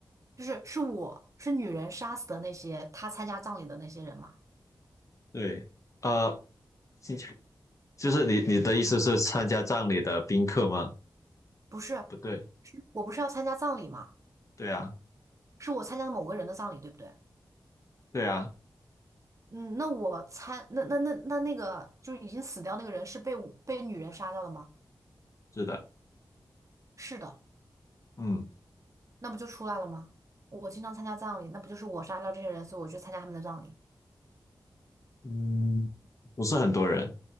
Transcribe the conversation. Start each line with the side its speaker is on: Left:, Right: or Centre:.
Right: 就是是我是女人杀死的那些她参加葬礼的那些人吗？
Left: 对，呃，经常就是你你的意思是参加葬礼的宾客吗？
Right: 不是，
Left: 不对，
Right: 是我不是要参加葬礼吗？
Left: 对啊，
Right: 是我参加了某个人的葬礼，对不对？
Left: 对啊，
Right: 嗯，那我猜，那那那那那个就是已经死掉那个人是被被女人杀掉的吗？
Left: 是的，
Right: 是的，
Left: 嗯。
Right: 那不就出来了吗？我经常参加葬礼，那不就是我杀掉这些人，所以我去参加他们的葬礼。
Left: 嗯，不是很多人，